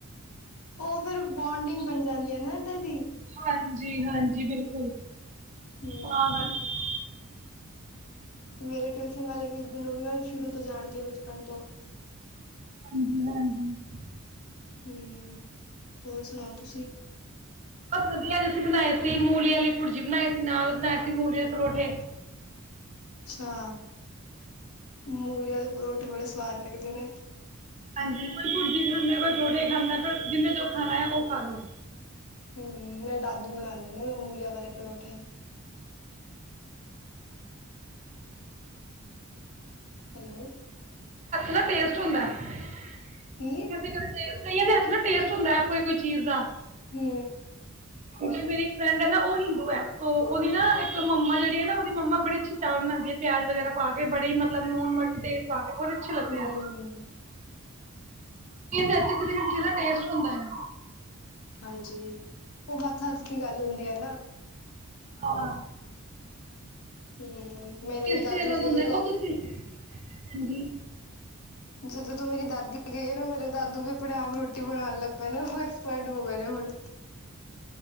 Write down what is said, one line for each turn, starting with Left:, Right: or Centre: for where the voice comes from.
Left: ਉਹ ਫੇਰ ਬੋਂਡਿੰਗ ਬਣ ਜਾਂਦੀ ਹੈ ਨਾ ਫਿਰ ਦੀ
Right: ਹਾਂ ਹਾਂਜੀ ਹਾਂਜੀ ਬਿਲਕੁਲ
Left: ਹੂੰ
Right: ਤਾਂ ਕਰਕੇ
Left: ਮੇਰੇ ਟਿਊਸ਼ਨ ਵਾਲੇ ਵੀਰ ਜੀ ਨੂੰ ਵੀ ਮੈਂ ਸ਼ੁਰੂ ਤੋਂ ਜਾਣਦੀ ਬਚ ਪਰ ਤੋਂ
Right: ਹੂੰ ਹੂੰ ਹੂੰ
Left: ਹੂੰ ਹੋਰ ਸੁਣਾਓ ਤੁਸੀਂ
Right: ਬਸ ਵਧੀਆ ਅੱਜ ਅਸੀਂ ਬਣਾਏ ਸੀ ਮੂਲੀ ਵਾਲੀ ਭੁਰਜੀ ਬਣਾਈ ਸੀ ਨਾਲ ਬਣਾਏ ਸੀ ਮੂਲੀ ਦੇ ਪਰੌਠੇ
Left: ਆਹ ਮੂਲੀਆਂ ਦੇ ਪਰੋਠੇ ਬੜੇ ਸਵਾਦ ਲੱਗਦੇ ਨੇ
Right: ਹਾਂਜੀ ਕੋਈ ਭੁਰਜੀ ਖਾਂਦਾ ਕੋਈ ਪ੍ਰੋਠੇ ਖਾਂਦਾ ਫਿਰ ਜਿਵੇਂ ਜੋ ਖਾਣਾ ਆ ਉਹ ਖਾ ਲਓ
Left: ਹਮ ਮੇਰੇ ਦਾਦੂ ਬਣ ਆਉਂਦੇ ਨੇ ਮੂਲੀਆਂ ਵਾਲੇ ਪਰੌਠੇ ਹੈਲੋ
Right: ਨਾ ਟੇਸਟ ਹੁੰਦਾ ਕਿਉਂਕਿ
Left: ਕੀ?
Right: ਜਦੋਂਂ ਟੇਸਟ ਕਈਆਂ ਦੇ ਹੱਥ ਨਾ ਟੇਸਟ ਹੁੰਦਾ ਹੈ ਕੋਈ ਕੋਈ ਚੀਜ਼ ਦਾ
Left: ਹੂੰ
Right: ਕਿ ਮੇਰੀ ਇੱਕ ਫਰੈਂਡ ਹੈ ਨਾ ਉਹ ਹਿੰਦੂ ਹੈ ਤੇ ਉਹਦੀ ਨਾ ਇੱਕ ਮੰਮਾ ਜਿਹੜੀ ਹੈ ਨਾ ਉਹਦੀ ਮੰਮਾ ਬੜੀ ਅੱਛੀ ਚਾਵਲ ਬਣਾਉਦੀਏ ਪਿਆਜ ਵਗੈਰਾ ਪਾ ਕੇ ਬੜੇ ਹੀ ਮਤਲਬ ਲੂਣ ਮਿਰਚ ਤੇਜ਼ ਪਾ ਕੇ ਬਹੁਤ ਅੱਛੇ ਲੱਗਦੇ
Left: ਹਮ
Right: ਆ ਕਈਆ ਦੇ ਅੱਛੇ ਟੈਸਟ ਹੁੰਦਾ ਆ
Left: ਹਾਂਜੀ ਉਹ ਹੱਥ ਹੱਥ ਕੀ ਗੱਲ ਹੁੰਦੀ ਹੈ ਨਾ
Right: ਹਾਂ
Left: ਹੂੰ ਮੇਰੇ
Right: ਟੇਸਟ
Left: ਵੀ ਦਾਦੂ
Right: ਹੀ ਅਲੱਗ
Left: ਜ
Right: ਹੁੰਦਾ
Left: ਦੋ
Right: ਹੈ।
Left: ਦੋ
Right: ਉਹ ਤੁਸੀਂ ਹਾਂਜੀ
Left: ਜਦੋਂ ਤੂੰ ਮੇਰੀ ਦਾਦੀ ਗਈ ਆ ਨਾ ਮੇਰੇ ਦਾਦੂ ਵੀ ਆਪਣੇ ਆਪ ਰੋਟੀ ਬਣਾਉਣ ਲੱਗ ਪਏ ਨੇ ਫੈਟ ਬੋ ਗਏ ਨੇ ਹੁਣ